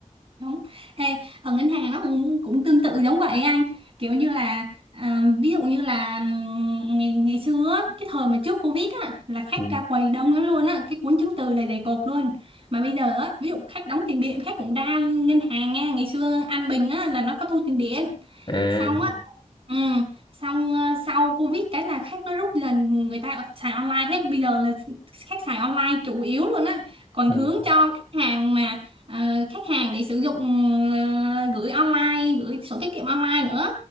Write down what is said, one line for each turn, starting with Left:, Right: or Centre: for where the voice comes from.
Right: Đúng. Ê, ở ngân hàng nó cũng, cũng tương tự giống vậy anh kiểu như là à, ví dụ như là ừm, ngày ngày xưa á, cái thời mà trước Covid á, là khách
Left: ừ.
Right: ra quầy đông lắm luôn á cái cuốn chứng từ là dày cộp luôn mà bây giờ á, ví dụ khách đóng tiền điện khách cũng ra ngân hàng nha ngày xưa An Bình á, là nó có thu tiền điện
Left: à
Right: xong Ừ, xong ờ, sau Covid cái là khách nó rút dần người ta xài online hết bây giờ là khách xài online chủ yếu luôn á còn
Left: Ừ.
Right: hướng cho khách hàng mà ờ, khách hàng để sử dụng ờ, gửi online gửi sổ tiết kiệm online nữa